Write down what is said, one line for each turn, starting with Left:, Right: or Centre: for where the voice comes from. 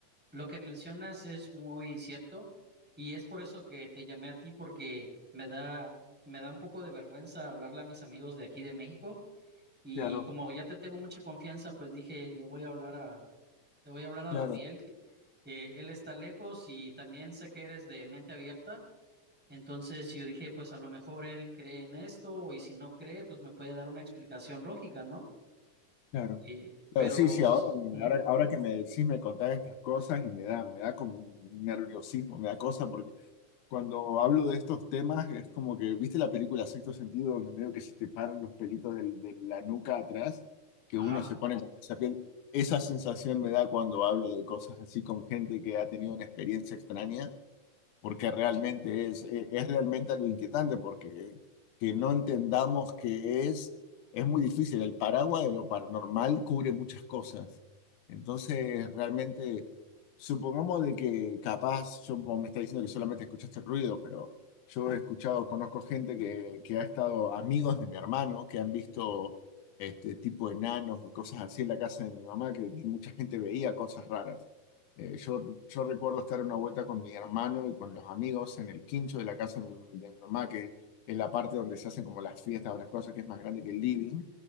Centre: Lo que mencionas es muy cierto y es por eso que te llamé a ti porque me da me da un poco de vergüenza hablarle a mis amigos de aquí de México y
Left: Claro,
Centre: como ya te tengo mucha confianza, pues dije, le voy a hablar a le voy a hablar a
Left: claro,
Centre: Daniel que eh, él está lejos y también sé que eres de mente abierta, entonces yo dije, pues a lo mejor él cree en esto y si no cree, pues me puede dar una explicación lógica, ¿no?
Left: claro,
Centre: Eh,
Left: claro.
Centre: pero
Left: Sí, sí, ahora, me-
Centre: ujú,
Left: ahora, ahora que me decís, me contás estas cosas y me da, me da como un nerviosismo, me da cosa, porque cuando hablo de estos temas es como que, ¿viste la película Sexto Sentido, donde medio que se te paran los pelitos del- de la nuca atrás, que
Centre: ajá,
Left: uno se pone como esa piel? Esa sensación me da cuando hablo de cosas así con gente que ha tenido una experiencia extraña. porque realmente es, e- es realmente algo inquietante, porque que no entendamos que es, es muy difícil. El paraguas de lo paranormal cubre muchas cosas. Entonces, realmente, supongamos de que capaz, yo vos me está diciendo que solamente escuchaste el ruido, pero yo he escuchado, conozco gente que, que ha estado amigos de mi hermano, que han visto este tipo de enanos y cosas así en la casa de mi mamá, que mucha gente veía cosas raras. Eh, yo, yo recuerdo estar una vuelta con mi hermano y con los amigos en el quincho de la casa de mi, de mi mamá, que es la parte donde se hacen como las fiestas o las cosas que es más grande que el living.